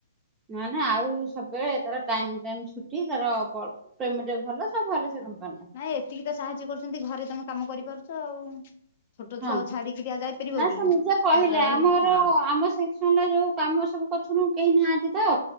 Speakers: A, on the right; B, on the left.
A: ନ ନା ଆଉ ସବୁବେଳେ ତାର ଟାଇମ ଟାଇମ ଛୁଟି ତାର ପ୍ରେମଟ ଭଲ। ସବୁ ଭଲ ସେ
B: ହ
A: କମ୍ପାନୀର
B: ନାଇଁ ଏତିକି ତ ସାହାଯ୍ୟ କରୁଛନ୍ତି ଘରେ ତମେ କାମ କରିପାରୁଛ ଆଉ। ଛୋଟ ଛୁଆ
A: ହଁ
B: ଆଉ ଛାଡିକିରି ଆଉ ଯାଇପାରିବ
A: ନା
B: କି
A: ସେ ନିଜେ କହିଲେ
B: ପୁଅଟା ରହିଲା
A: ଆମର
B: ହଁ
A: ଆମ ସେକସନ ଯୋଉ କାମ ସବୁ ପଛୁନୁ କେହି ନାହାନ୍ତି ତ।